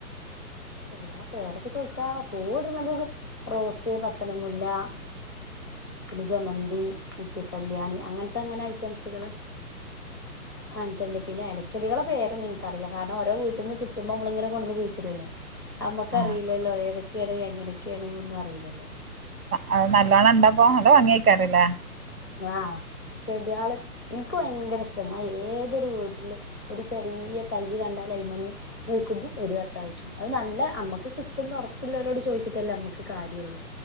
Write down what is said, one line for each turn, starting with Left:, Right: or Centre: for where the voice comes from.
Left: ചെടികളെ പേരൊക്കെ ചോദിച്ചാ പൂവിടുന്നത് എ റോസ് പത്തണിമല്ല പിന്നെ ജമന്തി ഇറ്റയൊക്കെ ബല്യാണി അങ്ങനത്തെ അങ്ങനെ ഐറ്റംസ്‌കള് ആനിട്ടുണ്ട് പിന്നെ ഇലച്ചെടികളെ പേരൊന്നും എനിക്കറിയില്ല കാരണംഓരോ വീട്ടിൽന്ന് കിട്ടുമ്പോ നമ്മള ഇങ്ങനെ കൊണ്ടന്ന് കുഴിച്ചിടല്ലേ നമ്മക്ക്റിയില്ലല്ലോ
Right: ആ
Left: ഏതൊക്കെയാണ് എങ്ങനെയൊക്കെയാണ്ന്നൊന്നും അറിയില്ലല്ലോ
Right: അത് നല്ലോണ്ണം ഇണ്ടാപ്പോ നല്ലോ ഭംഗിക്കാറില്ലേ
Left: ആഹ് ചെടയാള് എനിക്ക് ഭയങ്കര ഇഷ്ട ഞാൻ ഏതൊരു വീട്ടില് ഒരു ചെറിയ തയ്യ് കണ്ടാല അയിമന്ന് നിക്ക് ഇത് തരുത്ത ആഴ്ച്ചു അത് നല്ല അമ്മക്ക് കിട്ടന്ന് ഉറപ്പില്ലവലോട് ചോദിച്ചിട്ടല്ലേ അമ്മുക്ക് കാര്യോള്ളു